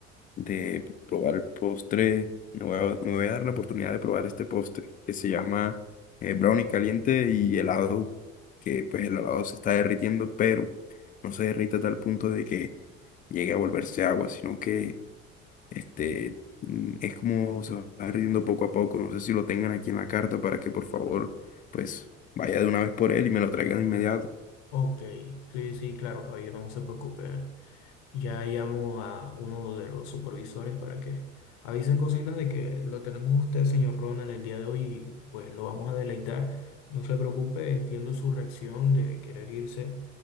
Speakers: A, on the left; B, on the left.
A: de probar el postre. Me voy a, me voy a dar la oportunidad de probar este postre que se llama eh, brownie caliente y helado, que pues el helado se está derritiendo, pero no se derrite a tal punto de que llegue a volverse agua, sino que este, mm, es como se va derritiendo poco a poco. No sé si lo tengan aquí en la carta para que por favor pues vaya de una vez por él y me lo traigan de inmediato.
B: Ok, sí, sí, claro, caballero, no se preocupe. Ya llamo a uno de los supervisores para que avisen cocina de que lo tenemos usted, señor Ronald, el día de hoy y pues lo vamos a deleitar. No se preocupe, entiendo su reacción de querer irse